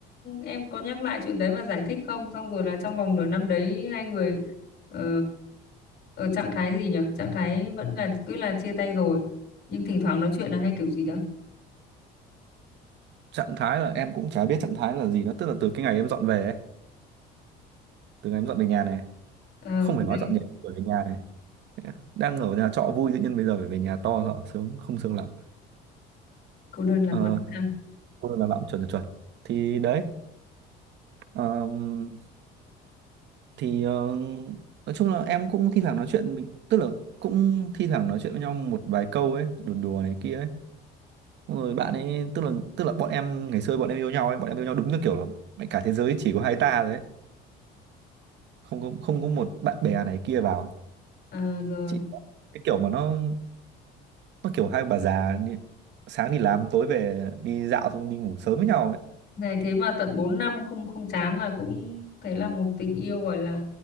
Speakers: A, on the left; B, on the right.
A: em có nhắc lại chuyện đấy và giải thích không? Xong rồi là trong vòng nửa năm đấy hai người ờ, ở trạng thái gì nhỉ? Trạng thái vẫn là cứ là chia tay rồi nhưng thỉnh thoảng nói chuyện là hay kiểu gì đó.
B: Trạng thái là em cũng chả biết trạng thái là gì nữa, tức là từ cái ngày em dọn về ấy từ ngày em dọn về nhà này
A: Ờ,
B: không phải
A: thế
B: nói
A: này
B: dọn nhà phải về nhà này đang ở nhà trọ vui tự nhiên bây giờ phải về nhà to rõ sướng không sướng lắm
A: cô đơn lạc
B: ờ,
A: lõng ha.
B: cô làm lắm chuẩn là chuẩn thì đấy ờm, thì ờ, nói chung là em cũng thi thoảng nói chuyện bình- tức là cũng thi thoảng nói chuyện với nhau một vài câu ấy đùa đùa này kia ấy Xong rồi bạn ấy tức là tức là bọn em ngày xưa bọn em yêu nhau ấy bọn em yêu nhau đúng như kiểu là mẹ cả thế giới chỉ có hai ta đấy không có không có một bạn bè này kia vào ấy.
A: Ờ, rồi
B: chị có cái kiểu mà nó nó kiểu hai bà già đi, sáng đi làm tối về đi dạo xong đi ngủ sớm với nhau ấy
A: này thế mà tận 4 năm không không chán là cũng thấy là một tình yêu gọi là